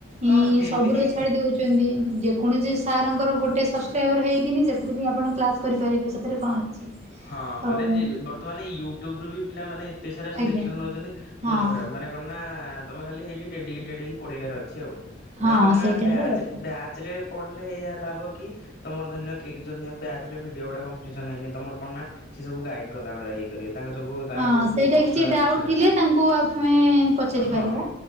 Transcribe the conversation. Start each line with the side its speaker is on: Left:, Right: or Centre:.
Left: ହଁ
Right: ଇଁ
Left: ସେମିତି
Right: ସବୁୁର
Left: କିଛି
Right: ଛାଡି
Left: ନାହିଁ।
Right: ଦଉଛନ୍ତି।
Left: ହୁଁ।
Right: ଯେ କୌଣସି ସାର୍ ଙ୍କର ଗୋଟେ ସବସ୍କ୍ରାଇବର ହେଇକିନି ସେଥିରେ ବି ଆପଣ କ୍ଲାସ୍ କରିପାରିବେ, ସେଥିରେ କଣ ଅଛି।
Left: ହଁ। ମାନେ
Right: ଆଉ
Left: ଯେ ବର୍ତ୍ତମାନ ୟୁଟ୍ୟୁବ ରୁ ବି ପିଲାମାନେ ଏତେସାରା ସିଲେକ୍ସନ
Right: ଆଜ୍ଞା
Left: ନଉଛନ୍ତି ମୁଣ୍ଡ
Right: ହଁ
Left: ଖରାପ୍। ମାନେ କଣ ନା ତମେ ଖାଲି ହେଇଠି ଡେଡିକେଟେଡ୍ ହେଇକି ପଢ଼ିବାର ଅଛି ଆଉ।
Right: ହଁ
Left: ବାକି କଣ ନା
Right: ସେଇଟା
Left: ବ୍ୟାଚ୍
Right: ହେଲା କଥା
Left: ବ୍ୟାଚ୍ ରେ ପଢିଲେ ଏହିଆ ଲାଭ କି ତମର ଧରିନିଏ କିଏ ଯଦି ବ୍ୟାଚ୍ ରେ ଭିଡିଓ ଗୁଡ଼ା କମ୍ପଲିସନ ହେଇନି ତମର କଣ ନା ସିଏ ସବୁ ଗାଇଡ୍ କଲା ଭଳିଆ ଇଏ କରିବେ। ତାଙ୍କର ସବୁ ତାଙ୍କର
Right: ହଁ
Left: ସବୁ
Right: ସେଇଟା
Left: ପର୍ସନାଲ
Right: କିଛି ଡାଉଟ୍
Left: ଆସିଷ୍ଟାଣ୍ଟ
Right: ଥିଲେ
Left: ଅଛି।
Right: ତାଙ୍କୁ ଆମେ ପଚାରି
Left: ହଁ।
Right: ପାରିବା